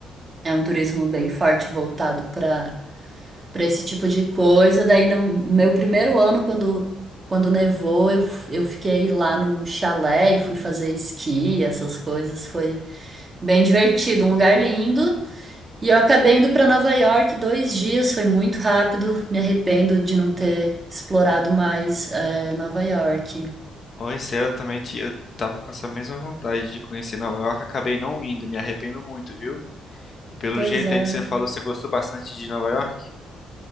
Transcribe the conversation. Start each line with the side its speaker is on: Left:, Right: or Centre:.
Right: É um turismo bem forte voltado pra para esse tipo de coisa. Daí no meu primeiro ano, quando, quando nevou, eu, f- eu fiquei lá num chalé e fui fazer esqui, essas coisas. Foi bem divertido, um lugar lindo. E eu acabei indo para Nova York dois dias, foi muito rápido. Me arrependo de não ter explorado mais eh, Nova York.
Left: Oi, céu, eu também ti- eu tava com essa mesma vontade de conhecer Nova York, acabei não indo, me arrependo muito, viu? E pelo
Right: Pois
Left: jeito
Right: é.
Left: aí que você falou, você gostou bastante de Nova York?